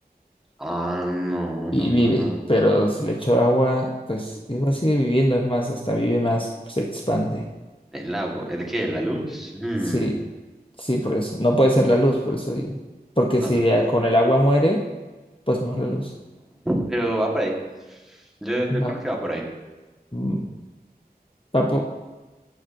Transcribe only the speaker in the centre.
Ah, no, no,
no, no.
El lago, ¿es de qué? ¿La luz? Hmm,
no.
Pero va por ahí. Yo, yo creo
que va por ahí.